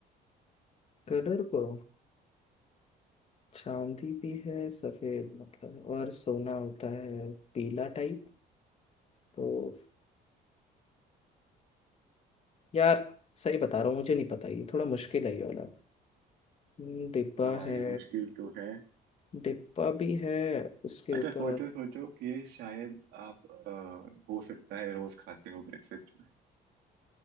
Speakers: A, on the left; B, on the right.
A: कलर को चांदी भी है सफेद मतलब और सोना होता है पीला टाइप तो यार सही बता रहा हूँ मुझे नहीं पता ये थोड़ा मुश्किल है ये वाला हम्म, डिब्बा
B: हाँ
A: है
B: ये मुश्किल तो है
A: डिब्बा भी है उसके
B: अच्छा
A: ऊपर
B: सोचो सोचो कि ये शायद आप अ, हो सकता है रोज खाते हो ब्रेकफास्ट में